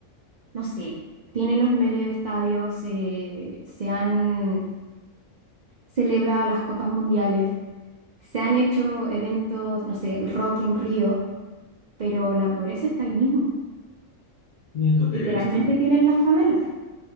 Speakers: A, on the right; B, on the left.
A: no sé, tiene los medios estadios, eh, se han celebrado las copas mundiales, se han hecho eventos, no sé, el Rock in Rio, pero la pobreza está ahí mismo.
B: y es lo que
A: Literalmente
B: he visto
A: tienen las favelas.